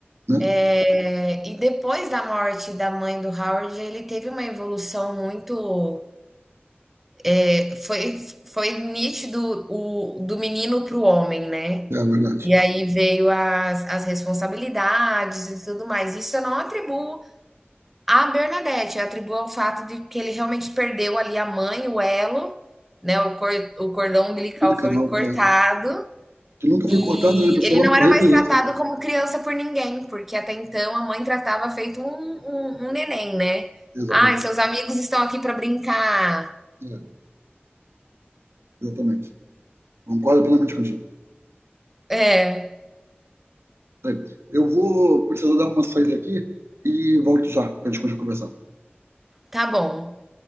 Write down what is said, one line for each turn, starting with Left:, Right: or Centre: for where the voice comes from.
Right: Né?
Centre: é, e depois da morte da mãe do Howard, ele teve uma evolução muito. é, foi, foi nítido o, do menino para o homem, né?
Right: É a verdade.
Centre: E aí veio as, as responsabilidades e tudo mais. Isso eu não atribuo A Bernadette atribui ao fato de que ele realmente perdeu ali a mãe, o elo, né? O, cor, o cordão umbilical
Right: Legal,
Centre: foi cortado
Right: é. Que nunca foi
Centre: e
Right: cortado, né? A pessoa
Centre: ele não
Right: ela
Centre: era
Right: morreu
Centre: mais
Right: com
Centre: tratado
Right: isso. né?
Centre: como criança por ninguém, porque até então a mãe tratava feito um, um, um neném, né?
Right: Exatamente.
Centre: Ai, seus amigos estão aqui para brincar.
Right: É, exatamente. Concordo plenamente contigo.
Centre: É,
Right: Bem, Eu vou precisar dar uma saída aqui e volto já para a gente continuar conversando.
Centre: tá bom.